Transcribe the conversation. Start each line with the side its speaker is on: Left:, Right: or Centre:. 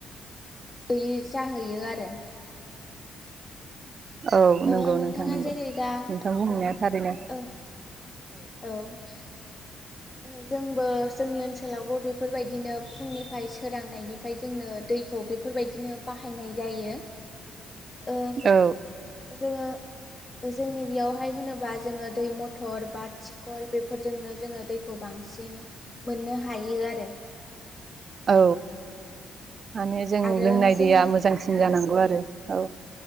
Left: हैयि जाहैयो आरो।
Right: औ
Left: ओ
Right: नंगौ
Left: नोंथाङा
Right: नोंथां नंगौ
Left: जेरै दा
Right: नोंथां बुंनाया थारैनो।
Left: ओ औ। ओ जोंबो जोंनि ओनसोलावबो बेफोरबायदिनो फुंनिफ्राय सोरांनायनिफ्राय जोंनो दैखौ बेफोरबायदिनो बाहायनाय जायो। ओ जो
Right: औ
Left: जोङो ओ जोंनि बेयावहाय होनोबा जोङो दै मथर बा थिखल बेफोरजोंनो जोङो दै खौ बांसिन मोननो हायो आरो।
Right: औ। माने जों
Left: आरो
Right: लोंनाय
Left: जोंनि
Right: दैया मोजांसिन जानांगौ आरो औ।